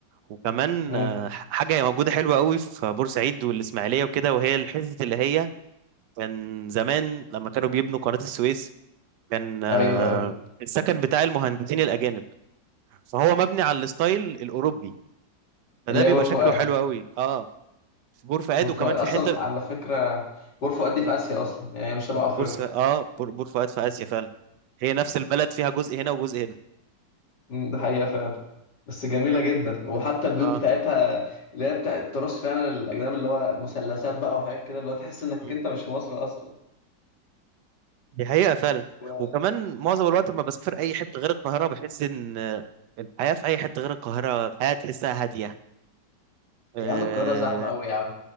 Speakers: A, on the right; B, on the left.
A: وكمان
B: مم.
A: آه، حاجه موجوده حلوه قوي في بورسعيد والاسماعيليه وكده وهي الحته اللي هي كان زمان لما كانوا بيبنوا قناة السويس كان آه،
B: ايوه ايوه
A: السكن بتاع المهندسين الأجانب فهو مبني على الستايل الأوروبي فده
B: اللي
A: بيبقى
B: هي بور فؤاد
A: شكله حلو قوي اه في بور فؤاد
B: بور
A: وكمان
B: فؤاد اصلا
A: في حتة
B: على فكرة بور فؤاد
A: مم،
B: دي في اسيا اصلا يعني هي مش تبع افريقيا
A: بور س- اه بور, بور فؤاد في آسيا فعلا هي نفس البلد فيها جزء هنا وجزء هنا
B: مم. ده حقيقة فعلا بس جميلة جدا وحتى البيوت
A: اه
B: بتاعتها اللي هي بتاع التراث فعلا الأجنبي اللي هو مثلثات بقى وحاجات كده اللي هو تحس إنك
A: مم.
B: أنت مش في مصر أصلا
A: دي حقيقة فعلا
B: و...
A: وكمان معظم الوقت لما بسافر أي حتة غير القاهرة بحس إن آه، الحياة في أي حتة غير القاهرة الحياة تحسها هادية آه.
B: يا عم القاهرة زحمة أوي يا عم